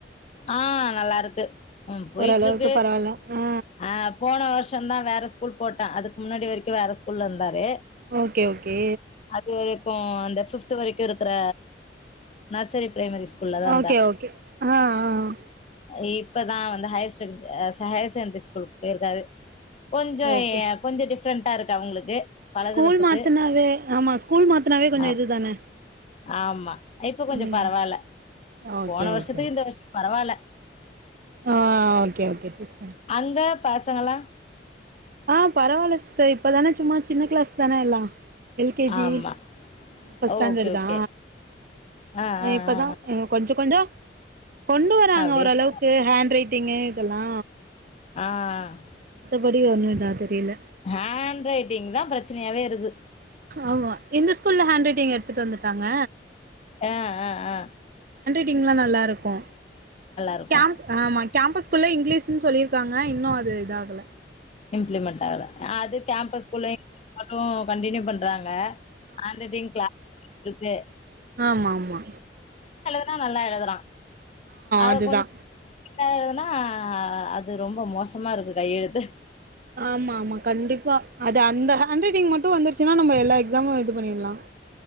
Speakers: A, on the left (about 35°); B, on the right (about 55°).
A: ஆஹ் நல்லா இருக்கு உம் போயிட்டு
B: ஓரளவுக்கு
A: இருக்கு
B: பரவால்ல ஆ
A: ஆஹ் போன வருஷ் சந்தா வேர ஸ் கூல் போட்டா அதுக்கு முன்னாடி வரைக்கு வேற ஸ்கூல்ல இருந்தாரு
B: ஓகே ஓகே
A: அது வரைக்கு அந்த ஃபிஃப்த் வரைக்கு இருக் க்ற நர்சரி பிரைமரி ஸ்கூல்ல தான்
B: ஓகே ஓகே ஆஹ் ஆஹ் ஆஹ்
A: இப்பதா வந்து ஹையர் ச அ ஹையர் செகண்டரி ஸ்கூல்க்கு போயிருக்காரு கொஞ்சோ
B: ஓகே
A: அ கொஞ்சோ டிஸ் ஃப்ரண்டா இருக்கு அவங்களுக்கு பழகுறதுக்கு.
B: ஸ்கூல் மாத்துனவே ஆமா ஸ்கூல் மாத்துனவே கொஞ்சோ
A: ஆ
B: இது தான
A: ஆமா. இப்ப கொஞ்சம்
B: உம்
A: பரவால்ல.
B: ஆஹ் ஓகே
A: போன வருஷத்துக்கு
B: ஓகே
A: இந்த வருஷம் பரவால்ல
B: ஆஹ் ஓகே ஓகே சிஸ்
A: அந்த பசங்களா
B: ஆஹ் பரவால சிஸ்டர் இப்பதான சும்மா சின்ன கிளாஸ் தான எல்லா ஆஹ் எல் கே ஜி
A: ஆமா
B: ஃபர்ஸ்ட்
A: ஓகே
B: ஸ்டேண்டர்ட்
A: ஓகே
B: தா
A: ஆ ஆ
B: இப்ப
A: ஆ
B: தா
A: ஆ.
B: உம் கொஞ்சோ கொஞ்சோ கொண்டு வராங்க
A: அப்டியே
B: ஓரளவுக்கு
A: போ
B: ஹாண்ட் ரைட் ட்டீங்க இதெல்லா
A: ஆஹ்
B: படி ஒணும் இதா தெரியில
A: ஹாண் ரைட்டிங் தா ப்ரச்சனையாவே இருக்கு
B: ஆமா இந்த ஸ்கூல்ல ஹாண்ட்ரைட் டிங் எடுத்துட்டு வந்துட்டாங்க
A: ஆஹ் ஆஹ் ஆஹ்
B: டிங்லா நல்லா இருக்கு
A: இருக்கு
B: கேம் ஆமா கேம்பஸ்குள்ள இங்கிலீஷ்ன்னு சொல்லிருக்காங் ஆஹ் இன்னோ அது இதாகளா
A: இம்ப்ளிமெண்டட் ஆகல அது கேம்பஸ் குள்ள அதும் கண்டியூ பண்றாங்க ஹாண்ட் ரைட்டிங் கிளா இருக்கே
B: ஆம்மா ம்மா
A: <unintelligible> நல்லா எழதுறா அத
B: அதுதா
A: கொஞ் ல்லா எழுதுனா அது ரொம்போ மோசமா இருக்கு கையெழுத்து
B: ஆமா ம்மா கண்டிப்பா அது அந்த ஹாண்ட் ரைட்டிங் மட்டு வந்துரிச்சின்னா நம்ம எல்லா எக்ஸாமு இது பண்ணிற்லா